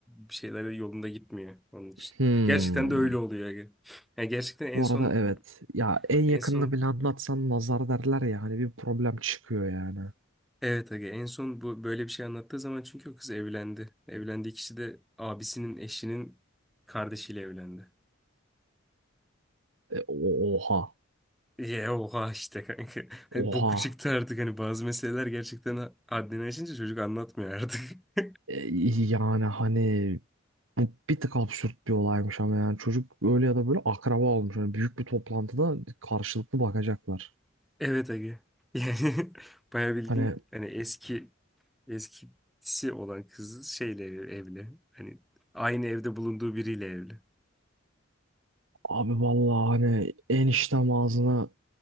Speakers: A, in the centre; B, on the right.
A: bir şeyler yolunda gitmiyor onun için.
B: Hmm.
A: Gerçekten de öyle oluyor aga. Yani gerçekten en
B: Bu
A: son
B: arada evet. Ya en yakınını
A: en son
B: bile anlatsan nazar derler ya hani bir problem çıkıyor yani.
A: evet aga en son bu böyle bir şey anlattığı zaman çünkü o kız evlendi. Evlendiği kişi de abisinin eşinin kardeşiyle evlendi.
B: E, o- oha.
A: Ye oha işte kanka. <laughs> Hani
B: Oha.
A: boku çıktı artık hani bazı meseleler gerçekten haddini aşınca çocuk anlatmıyor artık. <laughs>
B: E, yani hani bu bir tık absürt bir olaymış ama yani çocuk öyle ya da böyle akraba olmuş. Yani büyük bir toplantıda karşılıklı bakacaklar.
A: Evet Ege. Yani <laughs> bayağı bildiğin
B: Hani
A: hani eski eskisi olan kız şeyle evli. Hani aynı evde bulunduğu biriyle evli.
B: abi vallahi hani eniştem ağzını